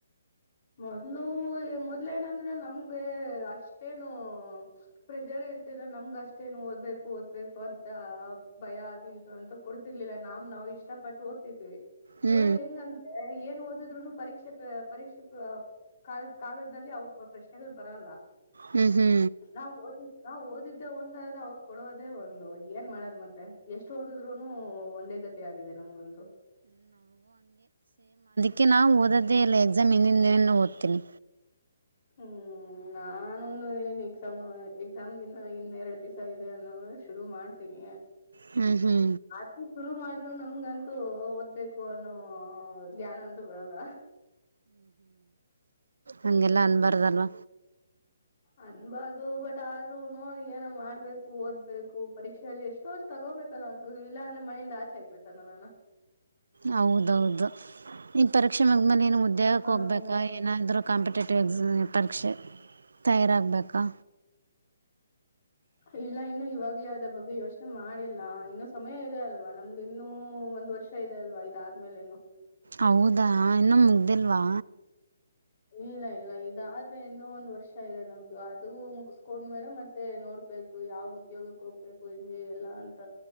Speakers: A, on the left (about 50°); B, on the right (about 80°).
A: ಮೊದ್ಲು ಮೊದ್ಲೇನಂದ್ರೆ ನಮ್ಗೆ ಅಷ್ಟೇನು ಪ್ರೆಷರ್ ಇ ನಮ್ಗ ಅಷ್ಟೇನು ಓದ್ಬೇಕು ಓದ್ಬೇಕು ಅಂತ ಭಯ ಅದು ಇದು ಅಂತ ಕೊಡ್ತಿರ್ಲಿಲ್ಲ ನಾಮ್ ನಾವ್ ಇಷ್ಟಪಟ್ಟು ಓದ್ತಿದ್ವಿ
B: ಹ್ಞೂ
A: ಇವಾಗ ಹೆಂಗಂದ್ರೆ ಏನ್ ಓದಿದ್ರುನು ಪರೀಕ್ಷೆ ಪರೀಕ್ಷೆ ಕಾಲ್ ಕಾಲದಲ್ಲಿ ಅವು ಪ್ರಶ್ನೆಗಳು ಬರಲ್ಲ.
B: ಹ್ಞೂ ಹ್ಞೂ
A: ನಾವು ಓದಿ ನಾವ್ ಓದಿದ್ದೆ ಒಂದಾದ್ರೆ ಅವ್ರ್ ಕೊಡೋದೇ ಒಂದು ಏನ್ ಮಾಡದ್ ಮತ್ತೆ ಎಷ್ಟು ಓದದ್ರುೂನು ಒಂದೇ ಗತಿ ಆಗಿದೆ ನಮ್ಗಂತೂ.
B: ಅದ್ಕೆ ನಾವು ಓದೋದೇ ಇಲ್ಲ ಎಕ್ಸಾಮ್ ಹಿಂದಿನೆ ಓದ್ತೀನಿ.
A: ಹ್ಮ ನಾನುನೂ ಇನ್ ಎಕ್ಸಾಮ್ ಎಕ್ಸಾಮ್ಗಿನ್ನ ಇನ್ನೆರಡ್ ದಿವಸ ಇದೆ ಅನ್ನೋವಾಗ್ ಶುರು ಮಾಡ್ತೀನಿ.
B: ಹ್ಞೂ ಹ್ಞೂ
A: ಆತಿ ಶುರು ಮಾಡ್ ರು ನಮ್ಗಂತೂ ಓದ್ಬೇಕು ಅನ್ನೋ ಜ್ಞಾನ ಅಂತೂ ಬರಲ್ಲ.
B: ಹಂಗೆಲ್ಲ ಅನ್ಬಾರ್ದಲ್ವ.
A: ಅನ್ಬಾರ್ದು ಬಟ್ ಆದ್ರೂ ನೋಡ್ ಏನೊ ಮಾಡ್ಬೇಕು ಓದ್ಬೇಕು ಪರೀಕ್ಷೆಯಲ್ಲಿ ಎಷ್ಟೋ ಷ್ಟ್ತಗೊ ಹಬೇಕಲ್ಲ ಇಲ್ಲಾ ಅಂದ್ರೆ ಮನೆಯಿಂದ ಆಚೆ ಆಗ್ಬಡ್ತಾರ್ ನನ್ನನ್ನ.
B: ಹೌದೌದು ನಿನ್ ಪರೀಕ್ಷೆ ಮಗ್ಮೇಲೆ ಏನು ಓ ಉ ದೇಹಕ್ಕೆ
A: ಹ
B: ಹೋಗಬೇಕಾ ಏನಾದರೂ ಕಾಂಪಿಟೇಟಿವ್ ಎಕ್ಸಾಮ್ ಪರೀಕ್ಷೆ ತಯಾರಾಗಬೇಕಾ?
A: ಹ ಇಲ್ಲ ಇನ್ನು ಇವಾಗ್ಲೇ ಅದ್ರ ಬಗ್ಗೆ ಯೋಚನೆ ಮಾಡಿಲ್ಲ ಇನ್ನು ಸಮಯ ಇದೆ ಅಲ್ವಾ ನಮ್ದು ಇನ್ನೂ ಒಂದ್ ವರ್ಷ ಇದೆ ಅಲ್ವಾ ಇದಾದ್ಮೇಲಿನ್ನೂ.
B: ಹೌದಾ ಇನ್ನು ಮುಗ್ದಿಲ್ವಾ?
A: ಇಲ್ಲ ಇಲ್ಲ ಇದಾದ್ರೆ ಇನ್ನೋ ಒಂದ್ ವರ್ಷ ಇದೆ ನಮ್ದು ಅದು ಮುಗಸ್ಕೊಂಡ್ಮೇಲೆ ಮತ್ತೆ ನೋಡ್ಬೇ ಕು ಯಾವ್ ಉದ್ಯೋಗಕ್ಕೆ ಹೋಗ್ಬೇಕು ಹಿಂಗೆ ಎಲ್ಲಾ ಅಂತ.